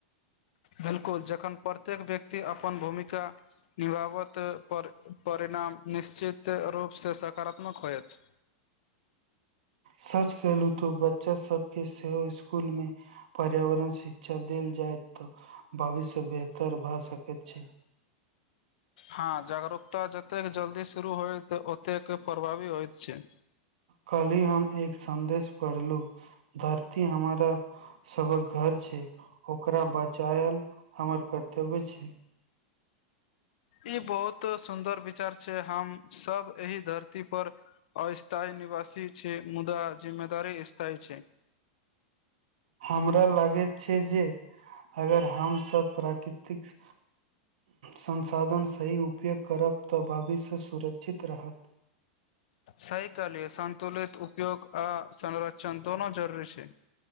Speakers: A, on the left (about 70°); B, on the right (about 80°).
A: बिलकुल जखन प्रत्येक व्यक्ति अपन भूमिका निभावत पर परिणाम निश्चित रूप से सकारात्मक होयत
B: सच केलहु तो बच्चा सबके सेहो सकुल में पर्यावरण शिक्षा देल जाय तऽ भविष्य बेहतर भए सकेत छै
A: हा जागरूकता जतेक जल्दी शुरू होइत ओतेक प्रभावी होइत छै
B: कल्हि हम एक सन्देश पढ़लु धरती हमारा सबक घर छै ओकरा बचायल हमर कर्तव्य छै
A: ई बहुत सुन्दर विचार छै हम सब ऐही धरती पर अस्थायी निवासी छी मुद्दा जिम्मेदारी स्थायी छै
B: हमरा लागैत छै जे अगर हमसब प्राकृतिक संसाधन सही उपयोग करब तऽ भविष्य सुरक्षित रहत
A: सही कहलियै संतुलित उपयोग आ संरचन दोनो जरुरी छै